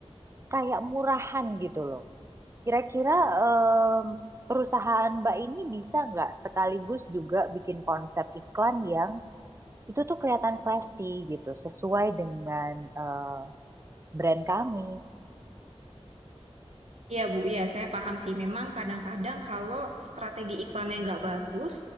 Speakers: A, on the right (about 25°); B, on the right (about 75°).
A: kayak murahan gitu loh. Kira-kira em, perusahaan Mbak ini bisa nggak sekaligus juga bikin konsep iklan yang itu tuh kelihatan classy gitu, sesuai dengan eh, brand kami.
B: Iya Bu, iya saya paham sih. Memang kadang-kadang kalau strategi iklannya nggak bagus,